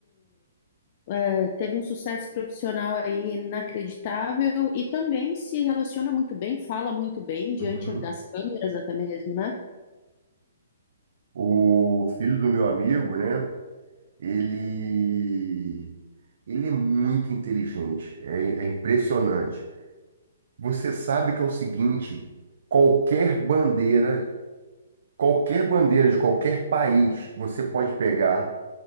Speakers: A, on the left (about 40°); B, on the right (about 65°).
A: eh, teve um sucesso profissional aí inacreditável e também se relaciona muito bem, fala muito bem diante
B: Uhum.
A: das câmeras até mesmo, né?
B: O filho do meu amigo, né? Ele, ele é muito inteligente, é, é impressionante. Você sabe que é o seguinte: qualquer bandeira Qualquer bandeira de qualquer país você pode pegar.